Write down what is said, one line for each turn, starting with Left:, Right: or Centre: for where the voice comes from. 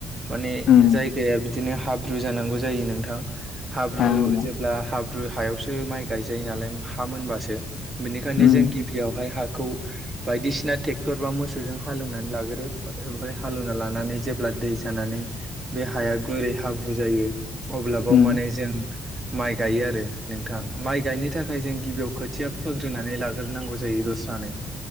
Right: माने
Left: उम
Right: जायगाया बिदिनो हाब्रु जानांगौ जायो नोंथां हाब्रु
Left: उम
Right: जेब्ला हाब्रु हायावसो माइ गायजायो नालाय हा मोनबासो बिनिखायनो
Left: उम
Right: जों गिबियावहाय हाखौ बायदिसिना टेक्टर बा मोसौजों हालेवनानै लागोरो ओमफ्राय हालेवना लानानै जेब्ला दै जानानै बे हाया गुरै हाब्रु जायो अब्ला बाव
Left: उम
Right: माने जों माइ गायो आरो नोंथां माइ गायनो था खाय जों गिबियाव खोथिया फोग्रोनानै लाग्रोनांगौ जायो दस्रानो।